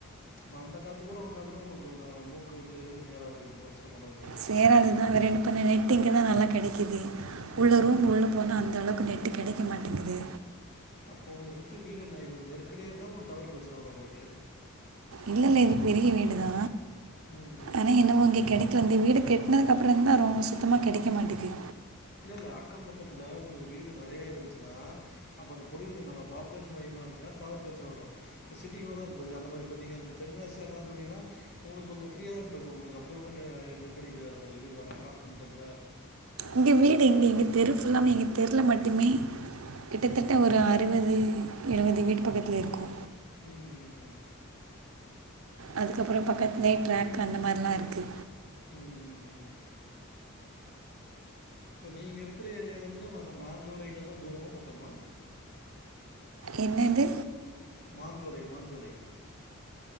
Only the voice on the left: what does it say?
இப்ப அந்த காத்து கூட வந்தா கூட உங்களுக்குந்த மூக்குக்கு சேராது உங்களுக்கு பிரச்சனை பண்ணும் இப்போ
ம்
அப்போ உங்கள சுத்தி வீடு என்ன நெருக்கடியா இருந்தா உங்கள டவர் பிரச்சன வரு உங்களுக்கு
ம் ம்
ம்
இல்ல இல்ல அக்கம் பக்கத்துல உங்களுக்கு வீடு நெறையா இருந்துச்சுன்னா அப்போ அந்த பகுதில பாப்புலேஷன் அதிகமா இருந்துச்சுன்னா டவர் பிரச்சன வரு இப்போ சிட்டிக்குள்ள தா இருக்கு பாத்தீங்கன்னா அந்த மாதிரி இப்போ நீங்க தென்காசி அங்கல்லா சொல்ரீங்கன்னா உங்களுக்கு கொஞ்ச ஃப்ரீயா தான இருக்கு உங்களுக்கப்படி ஒன்னு நெருக்கடி இருக்காதுல உங்களுக்கு வீட்டில் அக்கம்பக்கத்தில
உ உ உ
சேரி
ம் ம் ம் இப்ப நீங்க இருக்கிற ஏரியால இருந்து அந்த மாஞ்சோளங்கரது தூரமா பக்கமா
மஞ்சோலை மாஞ்சோலை